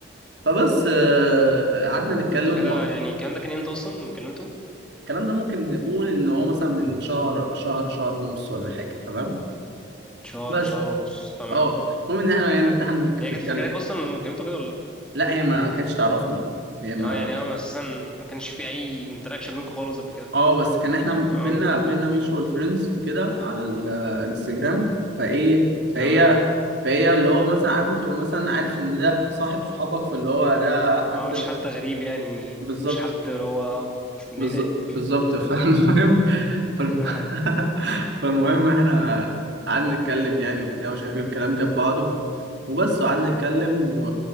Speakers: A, on the right (about 65°); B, in the centre.
A: فبس آه، قعدنا نتكلم
B: أنتوا كده
A: و-
B: يعني الكلام ده كان إمتى أصلا لما كلمته
A: الكلام ده ممكن نقول ان هو مثلا من شهر شهر شهر ونص ولا حاجه تمام
B: شهر
A: بس
B: شهر ونص تمام
A: اه المهم ان احنا يعني ارتحنا
B: هي
A: في
B: كانت
A: الكلام
B: فاكراك أصلا لما كلمته كده ولا
A: لا هي ما كانتش تعرفني هي ما
B: لأ أه يعني هو أساسا ما كانش في أي انتراكشن بينكم خالص قبل كده
A: اه بس كان احنا
B: أه
A: بينا بينا ميوتشوال فريندز وكده على الانستجرام فايه فهي
B: تمام
A: فهي اللي هو مثلا عارف انت تبقى مثلا عارف ان ده صاحب صحابك فاللي هو ده حد
B: اه مش حد غريب يعني مش
A: بالظبط
B: حد اللي هو اه مش مننا
A: بالظ-
B: يعني
A: بالظبط فالمهم
B: <laughs>
A: فالم... <laughs> فالمهم احنا قعدنا نتكلم يعني وبتاع مش عارف ايه الكلام جاب بعضه وبس وقعدنا نتكلم و...